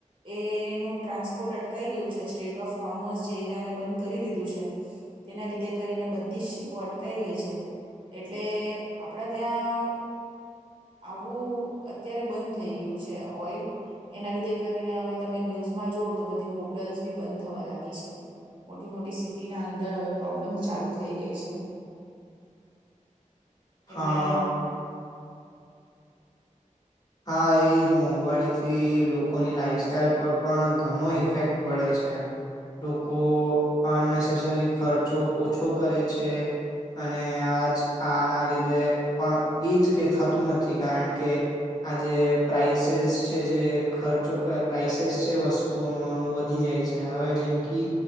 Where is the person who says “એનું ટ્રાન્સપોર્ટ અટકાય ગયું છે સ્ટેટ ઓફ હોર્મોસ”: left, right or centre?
Right